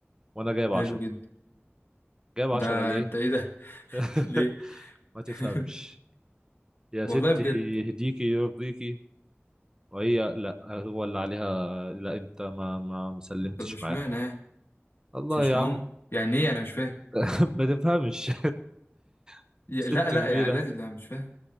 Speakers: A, on the right (about 15°); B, on the left (about 65°).
A: وانا جايب
B: حلو
A: 10
B: جدا
A: جايب 10
B: ده
A: ليه
B: انت ايه ده
A: <laughs>
B: <laughs> ليه
A: ما تفهمش
B: <laughs>
A: يا
B: والله
A: ستي
B: بجد
A: يهديكي يرضيكي وهي لا هو اللي عليها لا انت ما ما مسلمتش
B: طب اشمعنى
A: معاهم
B: يعني
A: الله
B: مش مش
A: يا
B: معاهم
A: عم
B: يعني ايه انا مش فاهم
A: <laughs> ما تفهمش <laughs>
B: يا-
A: ست
B: لا لا
A: كبيرة
B: يعني لازم لا مش فاهم